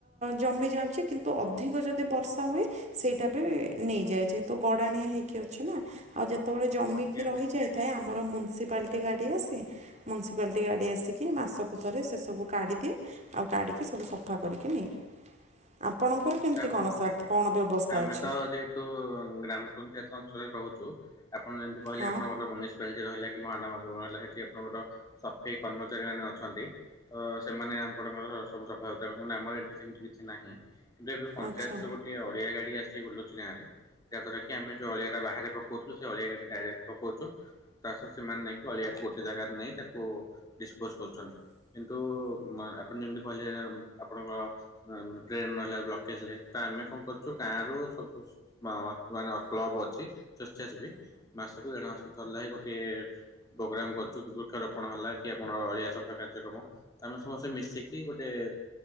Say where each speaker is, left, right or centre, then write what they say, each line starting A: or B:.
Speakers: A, on the right; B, on the left.
A: ଜମି ଯାଉଛି। କିନ୍ତୁ ଅଧିକ ଯଦି ବର୍ଷା ହୁଏ। ସେଇଟା ବି ନେଇଯାଏ ଯେହେତୁ ଗଡ଼ାଣିଆ ହେଇକି ଅଛି ନା ଆଉ ଯେତେବେଳେ ଜମିକି
B: ଆଜ୍ଞା
A: ରହିଯାଏ। ଥାଏ ଆମର ମ୍ୟୁନିସିପାଲିଟି ଗାଡ଼ି ଆସେ। ମ୍ୟୁନିସିପାଲିଟି ଗାଡ଼ି ଆସିକି ମାସକୁ ଥରେ ସେ ସବୁ କାଢ଼ିଦିଏ। ଆଉ କାଢିକି ସବୁ ସଫା କରିକି ନିଏ। ଆପଣଙ୍କର
B: ଆଜ୍ଞା
A: କେମତି
B: ଆପଣ
A: କଣ ସାର୍ କଣ ବ୍ୟବସ୍ଥା
B: ଆମେ
A: ଅଛି?
B: ତ ଯେହେତୁ ଗ୍ରାମ ପଞ୍ଚାୟତ ଅଞ୍ଚଳରେ ରହୁଛୁ। ଆପଣ ଯେମିତି କହିଲେ
A: ହଁ
B: ଆପଣଙ୍କର ମନସ ପାଲିଟି ରହିଲା କି ମହା ନଗର ନିଗମ ରହିଲା ସେଠି ଆପଣଙ୍କର ସଫେଇ କର୍ମଚାରୀମାନେ ଅଛନ୍ତି। ତ ସେମାନେ ଆମଣଙ୍କର ସବୁ ସଫା ସୁତରା ହେଉନ୍ତୁ ଆମର ଏଠି ସେମିତି କିଛି ନାହିଁ। କିନ୍ତୁ ଏବେ ପଞ୍ଚାୟତରେ
A: ଆଚ୍ଛା
B: ଗୋଟେ ଅଳିଆଗାଡି ଆସିଛି। ବୁଲୁଛି ଗାଁରେ ଯାହା ଦ୍ୱାରା କି ଆମେ ଯଉ ଅଳିଆା ବାହାରେ ପକଉଥିଲୁ ସେ ଅଳିଆାଟି ଡାଇରେକ୍ଟ ପକଉଛୁ। ତାସତ ସେମାନେ ନେଇକି ଅଳିଆକୁ ଗୋଟେ ଜାଗାରେ ନେଇ ତାକୁ ଡିସପୋଜ କରୁଛନ୍ତି। କିନ୍ତୁ ଆପଣ ଯେମିତି କହିଲେ ଆପଣଙ୍କ ଡ୍ରେନ ରହିଲା। ବ୍ଲକେଜରେ ଆମେ କଣ କରୁଛୁ ଗାଁରୁ ସବୁ ମାନେ କ୍ଲବ ଅଛି। ସ୍ବେଛାସେବୀ ମାସକୁ ଦେଢ ମାସକୁ ଥରେ ଲେଖା ଗୋଟିଏ- ପ୍ରୋଗ୍ରାମ କରୁଛୁ। ବୃକ୍ଷରୋପଣ ହେଲା କି ଆପଣର ଅଳିଆ ସଫା କାର୍ଯ୍ୟକ୍ରମ ତ ଆମେ ସମସ୍ତେ ମିଶିକି- କି ଗୋଟେ